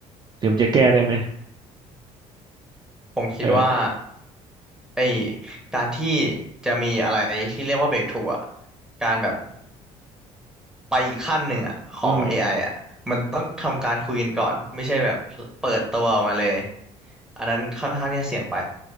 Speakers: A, on the right (about 30°); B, in the centre.
A: หรือมันจะแก้ได้ไหม
B: ผมคิดว่า
A: เออ
B: ไอการที่จะมีอะไรที่เรียกว่าเบรกทรูอ่ะการแบบไปอีกขั้นหนึ่งอ่ะของ
A: อืม
B: AI อไออ่ะมันต้องทำการคุยกันก่อนไม่ใช่แบบเปิดตัวออกมาเลยอันนั้นค่อนข้างที่จะเสี่ยงไป